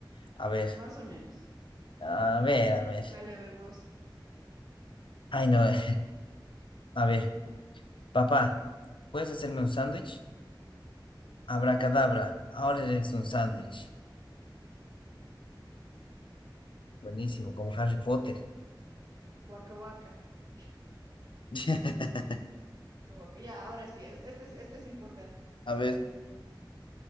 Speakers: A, on the left; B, on the right.
A: A ver,
B: Más o menos.
A: a ver, a ver.
B: Dale a ver vos.
A: Ay, no, <laughs> a ver, papá, ¿puedes hacerme un sándwich? Abracadabra, ahora eres un sándwich. Buenísimo, como Harry Potter.
B: Waka waka. <laughs>
A: <laughs>
B: Waka waka. Ya, ahora sí es. Este es, este es importante.
A: A ver,